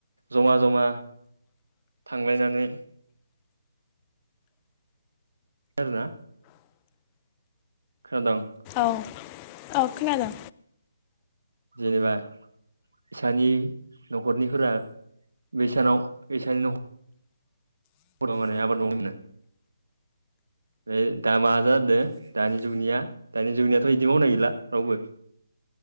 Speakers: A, on the right; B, on the left.
A: जमा जमा थांलायनानै खोनादोंना। खोनादों।
B: औ - औ खोनादों।
A: जेनेबा इसानि न'खरनिफोरा बैसानाव बिसानि नखर माने आबाद मावोमोननो। बे दामा जादों दानि जुगनिया दानि जुगनियाथ' बिदि मावनाय गैला रावबो।